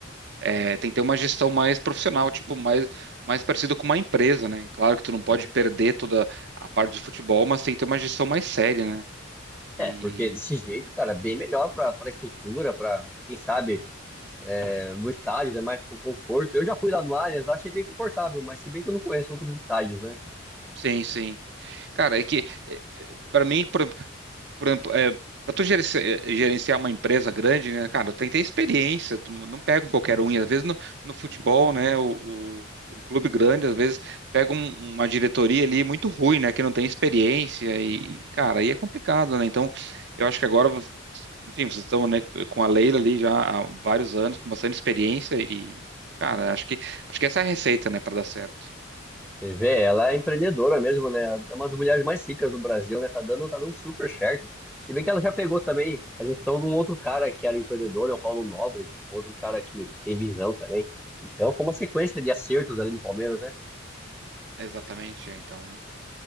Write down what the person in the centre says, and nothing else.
né?
É,
porque desse jeito, cara, bem melhor pra, pra estrutura, pra, quem sabe, é, no estádio, né? Mais pro conforto. Eu já fui lá no Allianz, lá achei bem confortável, mas se bem que eu não conheço outros estádios, né?
Você vê, ela é empreendedora mesmo, né? É uma das mulheres mais ricas do Brasil, né? Tá dando, tá dando super certo. Se bem que ela já pegou também a gestão de um outro cara que era empreendedor, né? O Paulo Nobre, outro cara que, que tem visão também. Então, foi uma sequência de acertos ali no Palmeiras, né?